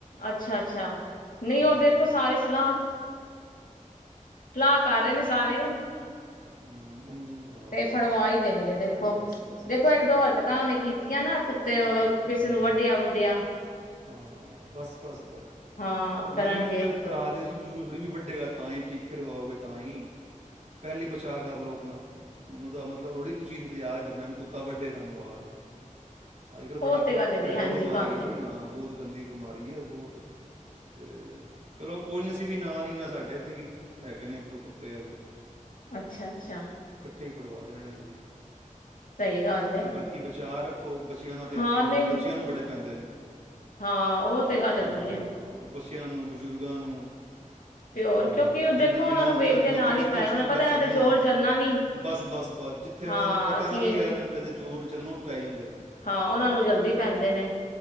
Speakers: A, on the left; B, on the right.
A: ਅੱਛਾ ਅੱਛਾ ਨਹੀਂ
B: ਹਮ,
A: ਉਹ ਦੇਖੋ ਸਾਰੇ ਸਲਾਹ <inaudible> ਸਲਾਹ ਕਰ ਰਏ ਨੇ ਸਾਰੇ
B: ਹਮ, ਉਹਨੂੰ ਵੀ ਆ
A: ਤੇ
B: ਬਸ
A: ਫੜਵਾ ਹੀ ਦੇਨਗੇ ਦੇਖੋ
B: ਬਸ ਬਸ
A: ਦੇਖੋ
B: ਬਸ
A: ਇੱਕ
B: ਬਸ
A: ਦੋ ਹਰਕਤਾਂ ਉਹਨੇ ਕੀਤੀਆਂ ਨਾ ਕੁ ਤੇ ਉਹ
B: ਹਮ,
A: ਕਿਸੇ ਨੂੰ ਵੱਢਿਆ ਵੁੱਡਿਆ
B: ਹਾਂ ਹਾਂ ਬਸ ਬਸ ਬਸ
A: ਹਾਂ
B: ਨਹੀਂ
A: ਕਰਨਗੇ
B: ਨਹੀਂ ਉਹ ਤੇ ਕਰਾ ਦਿਓ ਜੀ ਜ਼ਰੂਰੀ ਥੋੜੀ ਵੀ ਵੱਡੇਗਾ ਤਾਂ ਹੀ ਟੀਕੇ ਲਵਾਓਗੇ ਤਾਂ ਹੀ ਪਹਿਲੀ ਬੱ ਚਾ ਕਰ ਲਓ ਆਪਨਾ ਹੁਨ ੳਦਾ ਮਤਲਬ ਥੋੜ੍ਹੀ ਵੀ ਤੁਸੀਂ ਇੰਤਜ਼ਾਰ ਕਰਨਾ ਵੀ ਕੁੱਤਾ ਵੱਡ ਬਡੇ ਸਾਨੂੰ ਆ ਗਏ <inaudible> ਅੱਜ ਕੱਲ੍ਹ ਬੜਾ
A: ਉਹ ਤੇ ਗੱਲ ਹੈਗੀ
B: ਭੈੜੀ
A: ਹਾਂਜੀ
B: ਬਿਮਾਰੀ
A: ਭਾਜੀ
B: ਏ ਜੀ ਹਾਂ ਬਹੁਤ ਗੰਦੀ ਬਿਮਾਰੀ ਏ ਬਹੁਤ ਤੇ ਚਲੋ ਕੋਈ ਨੀ ਅਸੀਂ ਵੀ ਨਾਲ ਈਆਂ ਸਾਡ ਇੱਥੇ ਵੀ ਹੈਗੇ ਨੇ ਇੱਕ ਦੋ ਕੁੱ ਅਤੇ ਹ <inaudible>
A: ਅੱਛਾ ਅੱਛਾ
B: ਇਥੇ ਹੀ ਫੜਵਾ ਦੇਣੇ ਨੇ ਅਸੀਂ
A: ਸਹੀ ਗੱਲ ਏ
B: ਬਾਕੀ ਬਚਾਅ ਰੱਖੋ ਬੱਚਿਆਂ ਦਾ ਧਿਆਨ
A: ਹਾਂ
B: ਤੇ ਕਰੋ
A: ਨਹੀਂ
B: ਬੱਚਿਆਂ ਨੂੰ ਬੜੇ ਪੈਂਦੇ ਨੇ
A: ਹਾਂ ਉਹ ਤੇ
B: ਅਹ
A: ਗੱਲ ਹਗੀ ਏ
B: ਬੱਚਿਆਂ ਨੂੰ ਬਜ਼ੁਰਗਾਂ ਨੂੰ
A: ਹੋਰ
B: ਤੇ
A: ਕਿਉਂਕਿ
B: ਜਨਾਨੀਆਂ
A: ਦੇਖੋ ਉਹਨਾਂ ਨੂੰ
B: ਵਿਚਾਰੀਆਂ
A: ਵੇਖਦੇ ਨਾਲ
B: ਜਿਹੜੇ
A: ਹੀ
B: ਕੁਛ
A: ਪੈ ਉਹਨਾਂ
B: ਨਹੀਂ
A: ਪਤਾ
B: <unintelligible> ਕਰ
A: ਇਹਨਾਂ
B: ਸਕਦੀਆਂ
A: ਤੇ ਜ਼ੋਰ ਚੱਲਣਾ ਨੀ
B: ਬਸ ਬਸ ਬਸ ਜਿੱਥੇ
A: ਹਾਂ
B: ਉਹਨੂੰ ਪਤਾ
A: ਅਸੀਂ
B: ਨਾ ਵੀ ਇਹਦੇ ਜ਼ੋਰ ਚੱਲਣ ਪੈ ਜਾਂਦੇ ਨੇ <inaudible>
A: ਹਾਂ ਉਨਾਂ ਨੂੰ ਜਲਦੀ ਪੈਂਦੇ ਨੇ